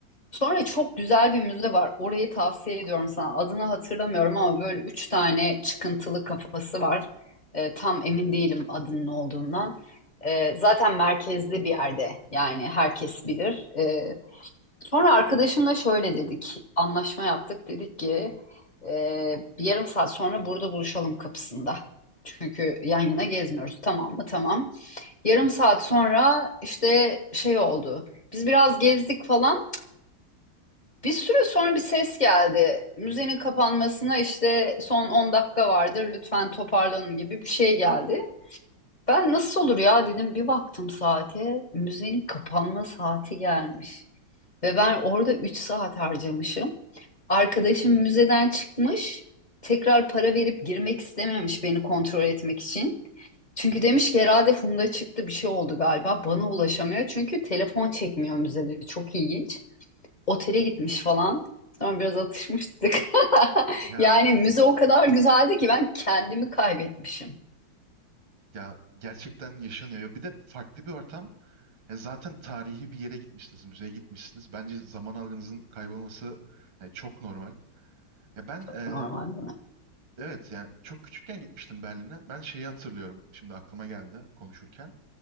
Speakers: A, on the left; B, on the right.
A: Sonra çok güzel bir müze var. Orayı tavsiye ediyorum sana. Adını hatırlamıyorum ama böyle üç tane çıkıntılı kafası var. Ee, tam emin değilim adının ne olduğundan. Ee, zaten merkezde bir yerde. Yani herkes bilir. Ee, sonra arkadaşımla şöyle dedik. Anlaşma yaptık. Dedik ki "Ee, bir yarım saat sonra burada buluşalım kapısında. Çünkü yan yana gezmiyoruz. Tamam mı? Tamam. Yarım saat sonra işte şey oldu. Biz biraz gezdik falan. Bir süre sonra bir ses geldi. Müzenin kapanmasına işte son 10 dakika vardır. Lütfen toparlanın gibi bir şey geldi. Ben nasıl olur ya dedim. Bir baktım saate. Müzenin kapanma saati gelmiş. Ve ben orada 3 saat harcamışım. Arkadaşım müzeden çıkmış. Tekrar para verip girmek istememiş beni kontrol etmek için. Çünkü demiş ki herhalde Funda çıktı bir şey oldu galiba. Bana ulaşamıyor. Çünkü telefon çekmiyor müzede. Çok ilginç. Otele
B: Hmm.
A: gitmiş falan. Sonra biraz atışmıştık. <laughs>
B: Ya
A: Yani müze o kadar güzeldi ki ben kendimi kaybetmişim.
B: Ya gerçekten yaşanıyor. Ya bir de farklı bir ortam. E, zaten tarihi bir yere gitmişsiniz, müzeye gitmişsiniz. Bence zaman algınızın kaybolması e, çok normal. Ya ben
A: Çok
B: e,
A: Normal değil mi?
B: evet yani çok küçükken gitmiştim Berlin'e. Ben şeyi hatırlıyorum. Şimdi aklıma geldi konuşurken.